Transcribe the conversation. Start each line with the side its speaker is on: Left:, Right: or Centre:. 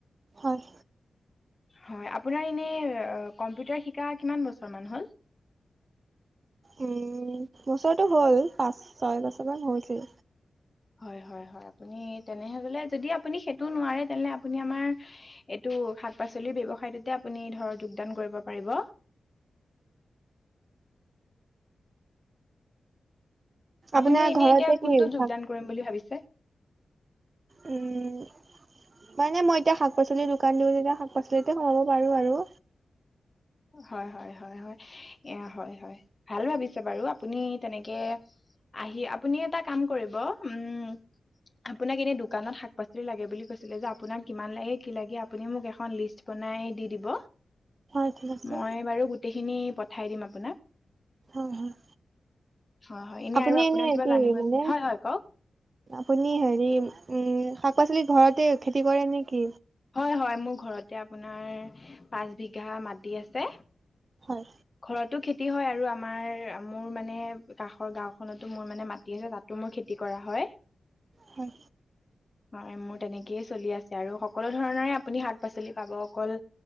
Right: হয়।
Left: হয় আপোনাৰ এনে কম্পিউটাৰ শিকা কিমান বছৰ হ'ল
Right: উম, বছৰটো হ'ল পাচ ছয় বছৰমান হৈছিল।
Left: হয় - হয় - হয় আপুনি তেনেহে গলে যদি আপুনি সেইটো নোৱাৰে তেনেলে আপুনি আমাৰ এইটো শাক পাচলিৰ ব্যৱস তে আপুনি ধৰক যোগদান কৰিব পাৰিব।
Right: আপোনাৰ
Left: আপুনি এনে
Right: ঘৰতে
Left: এতিয়া কোনটো
Right: কি
Left: যোগদান
Right: শাক
Left: বুলি ভাবিছে।
Right: উম, মানে মই এতিয়া শাক পাচলিৰ দোকান দিও যেতিয়া শাক পাচলিতে সোমাব পাৰো আৰু
Left: হয় হয় হয় হয় হয় হয় ভাল ভাবিছে বাৰু আপুনি তেনেকে আহি আপুনি এটা কাম কৰিব উম। আপোনাক এনে দোকানত শাক পাচলি লাগে বুলি কৈছিলে যে আপোনাক কিমান লাগে কি লাগে আপুনি মোক এখন লিষ্ট দিব। নাই দি দিব
Right: হয় ঠিক আছে
Left: মই বাৰু গোটেইখিনি পঠাই দিম আপোনাক
Right: হয় হয়
Left: হয় - হয় এনে
Right: আপুনি
Left: আৰু আপোনাৰ কিবা
Right: কি
Left: জানিবচ
Right: মানে
Left: হয় - হয় কওক।
Right: আপুনি হেৰি উম শাক পাচলি ঘৰতে খেতি কৰে নেকি
Left: হয় হয় মোৰ ঘৰতে আপোনাৰ পাঁচ বিঘা মাটি আছে
Right: হয়
Left: ঘৰতো খেতি হয় আৰু আমাৰ মোৰ মানে কাষৰ গাওঁখনতো মোৰ মানে মাটি আছে তাতো মো খেতি কৰা হয়
Right: হম
Left: হয় মোৰ তেনেকেইয় চলি আছে আৰু সকলো ধৰণৰে আপুনি শাক পাচলি পাব অকল